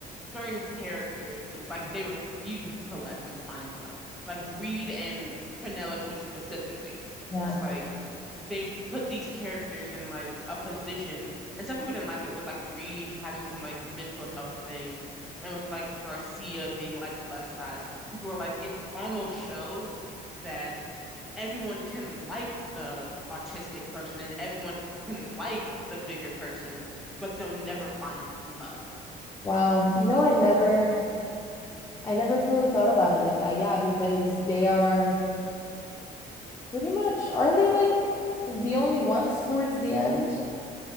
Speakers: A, in the centre; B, on the left.
A: certain characters, it's like they refuse to let them find love. Like Reed and Penelope specifically.
B: Yeah.
A: It's like they put these characters in like a position, and some people didn't like it with like Reed having some like mental health things and with like Garcia being like plus size. People were like, it almost shows that everyone can like the autistic person and everyone can like the bigger person, but they'll never find love.
B: Wow. You know, I never, I never fully thought about it like that. Yeah, because they are pretty much, aren't they like the only ones towards the end?